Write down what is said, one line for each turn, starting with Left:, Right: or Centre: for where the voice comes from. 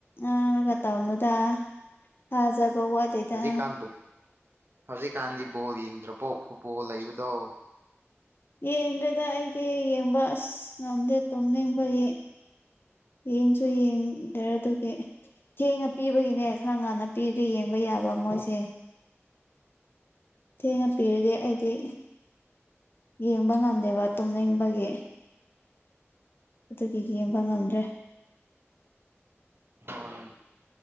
Left: ꯑ ꯈ ꯇꯅꯗ ꯊꯥꯖ ꯧꯋꯥꯗꯦꯗ
Right: ꯍꯧꯖꯤꯛꯀꯥꯟꯕꯨ ꯍꯧꯖꯤꯛꯀꯥꯟꯗꯤ ꯕꯣꯜ ꯌꯦꯡꯗ꯭ꯔꯕꯣ ꯐꯨꯠꯕꯣꯜ ꯂꯩꯕꯗꯣ
Left: ꯌꯦꯟꯗ꯭ꯔꯗ ꯑꯩꯗꯤ ꯌꯦꯡꯕ ꯑꯁ ꯉꯝꯗꯦ ꯇꯨꯝꯅꯤꯡꯕꯒꯤ ꯌꯦꯡꯁꯨ ꯌꯦꯡꯗꯔ ꯑꯗꯨꯒꯤ ꯊꯦꯡꯉ ꯄꯤꯕꯒꯤꯅꯦ ꯈꯔ ꯉꯥꯟꯅ ꯄꯤꯗ ꯌꯦ ꯆꯝꯕ ꯌꯥꯕ ꯃꯣꯏꯁꯦ ꯊꯦꯡꯅ ꯄꯤꯔꯒꯦ ꯑꯩꯗꯤ ꯌꯦꯡꯕ ꯉꯝꯗꯦꯕ ꯇꯨꯝꯅꯤꯡꯕꯒꯤ ꯑꯗꯨꯒꯤ ꯌꯦꯡꯕ ꯉꯝꯗ꯭ꯔꯦ
Right: ꯍꯣꯏ